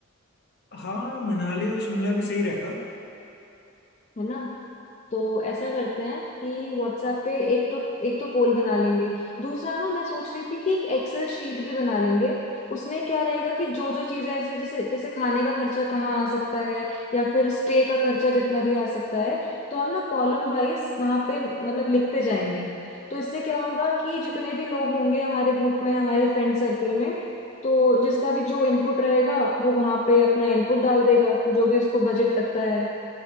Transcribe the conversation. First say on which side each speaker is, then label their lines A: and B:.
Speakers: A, on the left; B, on the left.
A: हाँ मनाली और शिमला भी सही रहेगा
B: है ना तो ऐसा करते हैं कि व्हाट्सएप पे एक तो एक तो पोल बना लेंगे दूसरा ना मैं सोच रही थी कि एक एक्सेल शीट भी बना लेंगे उसमें क्या रहेगा कि जो जो चीजें ऐसे जैसे जैसे खाने का खर्चा कहाँ आ सकता है या फिर स्टे का खर्चा जितना भी आ सकता है तो हम ना कॉलम वाइज वहां पे मतलब लिखते जाएंगे तो इससे क्या होगा कि जितने भी लोग होंगे हमारे ग्रुप में हमारे फ्रेंड सर्कल में तो जिसका भी जो इनपुट रहेगा वो वहां पे अपना इनपुट डाल देगा जो भी उसको बजट लगता है